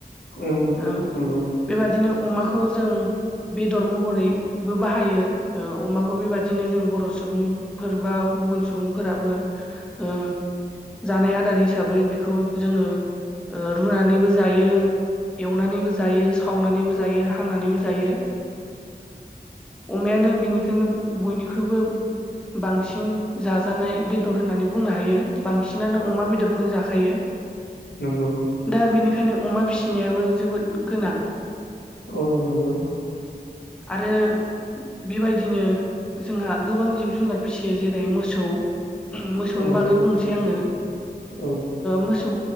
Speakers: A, on the left; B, in the centre.
A: औ
B: ओ।
A: नंगौ
B: बेबादिनो अमाखौ जों बेदर महरै बो बाहायो अमाखौ बेबायदिनो जों बर' सुबुंफोर बा गुबुन सुबुंफोराबो। ओ जानाय आदार हिसाबै बेखौ जोङो ओ रुनानैबो जायो एवनानैबो जायो। सावनानैबो जायो हांनानैबो जायो। अमायानो बिनिखायनो बयनिख्रुइबो बांसिन जाजानाय बेदर होननानै बुंनो हायो बांसिनानो अमा बेदरखौनो जाखायो।
A: नंगौ
B: दा बेनिखायनो अमा फिसिनायाबो जोबोद गोनां।
A: औ नंगौ।
B: आरो बेबायदिनो जोंहा गोबां जिब जुनार फिसियो जेरै मोसौ। मोसौनि
A: औ
B: बागै
A: नंगौ
B: बुंसै आङो
A: औ
B: मोसौ